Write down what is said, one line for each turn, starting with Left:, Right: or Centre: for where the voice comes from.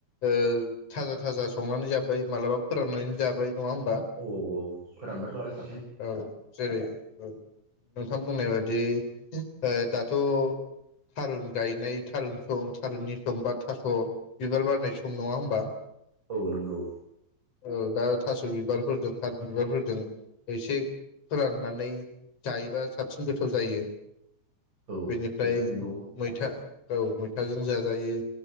Left: ओ थाजा थाजा संनानै जाबाय मालाबा फोराननानै जाबाय। नङा होमबा
Right: औ औ औ फोरानबाथ' आरो सा
Left: औ जेरै औ। नोंथां बुंनाय बादि ओ दाथ' थारुन गायनाय थारुन सम थारुननि सम बा थास' बिबार बारनाय सम नङा होमबा?
Right: औ नंगौ।
Left: औ दा थास' बिबारफोरजों थारुन बिबारफोरजों एसे फोराननानै जायोबा साबसिन गोथाव जायो।
Right: औ
Left: बेनिफ्राय
Right: बेथ' नंगौ
Left: मैथा औ मैथ थाजों जाजायो।